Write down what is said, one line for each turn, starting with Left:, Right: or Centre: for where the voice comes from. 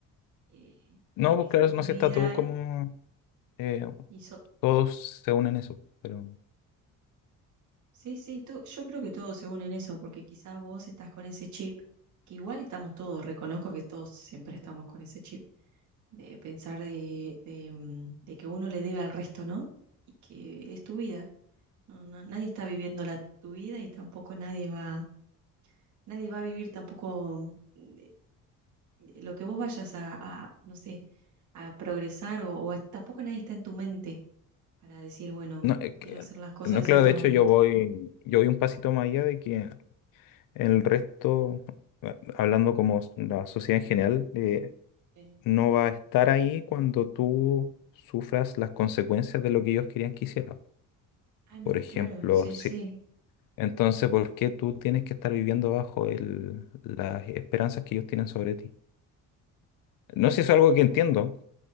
Right: eh,
Left: No, pues
Right: es
Left: claro,
Right: tu
Left: no
Right: vida.
Left: sé, está todo como... eh,
Right: Y so-
Left: todos se unen en eso, pero...
Right: Sí, sí, to- yo creo que todos se unen en eso, porque quizás vos estás con ese chip, que igual estamos todos, reconozco que todos siempre estamos con ese chip, de pensar de, de, mm, de que uno le debe al resto, ¿no? Y que es tu vida, no, no- nadie está viviendo la, tu vida y tampoco nadie va, nadie va a vivir tampoco mm, de- de lo que vos vayas a, a, no sé, a progresar o, o a- tampoco nadie está en tu mente para decir, bueno,
Left: No, es que-
Right: quiero hacer las cosas
Left: no,
Right: en
Left: claro,
Right: cierto
Left: de hecho
Right: momento.
Left: yo voy, yo voy un pasito más allá de que el resto, a- hablando como s- la sociedad en general, eh,
Right: Sí.
Left: no va a estar ahí cuando tú sufras las consecuencias de lo que ellos querían que hicieras.
Right: Ah, no,
Left: Por ejemplo,
Right: claro, sí,
Left: sí.
Right: sí.
Left: Entonces, ¿por qué tú tienes que estar viviendo bajo el, las esperanzas que ellos tienen sobre ti? No sé si es algo que entiendo,